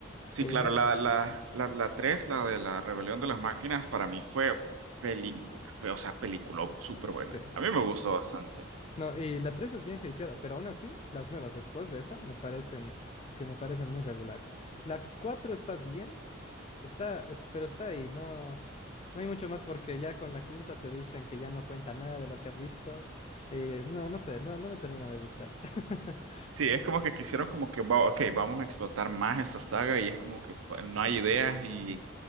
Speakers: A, on the right; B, on the left.
A: sí,
B: Y
A: claro,
B: no,
A: la, la, la, la 3, la de la rebelión de las máquinas, para mí fue película, pero, o sea, peliculón, súper buena.
B: sí.
A: A mí me gustó bastante.
B: No, y la tres es bien hateada, pero aún así, las nuevas después de esa me parecen, es que me parecen muy regulares. La 4 está bien, Está, es- pero está ahí, no, no hay mucho más porque ya con la quinta te dicen que ya no cuenta nada de lo que has visto. Y no, no sé, no, no me termina de gustar. <laughs>
A: Sí, es como que quisieron como que, va- ok, vamos a explotar más esa saga y es como que pa- no hay ideas y